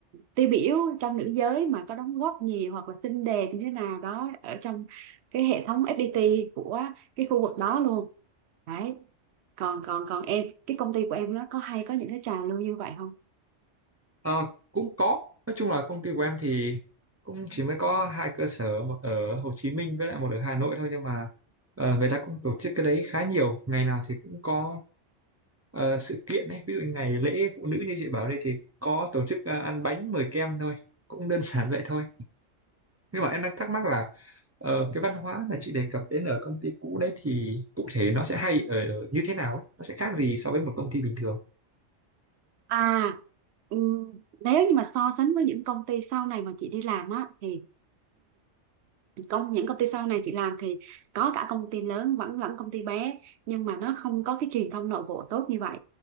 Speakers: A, on the right; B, on the right.
A: tiêu biểu trong nữ giới mà có đóng góp nhiều hoặc là xinh đẹp như thế nào đó ở trong cái hệ thống FPT của cái khu vực đó luôn đấy còn còn còn em cái công ty của em nó có hay có những cái trào lưu như vậy không
B: Ờ, cũng có nói chung là công ty của em thì cũng chỉ mới có hai cơ sở một ở Hồ Chí Minh với lại một ở Hà Nội thôi nhưng mà ờ, người ta cũng tổ chức cái đấy khá nhiều ngày nào thì cũng có ờ, sự kiện ấy ví dụ như ngày lễ phụ nữ như chị bảo đây thì có tổ chức ờ, ăn bánh mời kem thôi cũng đơn giản vậy thôi nhưng mà em đang thắc mắc là ờ, cái văn hóa mà chị đề cập đến ở công ty cũ đấy thì cụ thể nó sẽ hay ở như thế nào ấy? Nó sẽ khác gì so với một công ty bình thường
A: À, ừm, nếu như mà so sánh với những công ty sau này mà chị đi làm á thì <clears throat> công những công ty sau này chị làm thì có cả công ty lớn vẫn lẫn công ty bé nhưng mà nó không có cái truyền thông nội bộ tốt như vậy.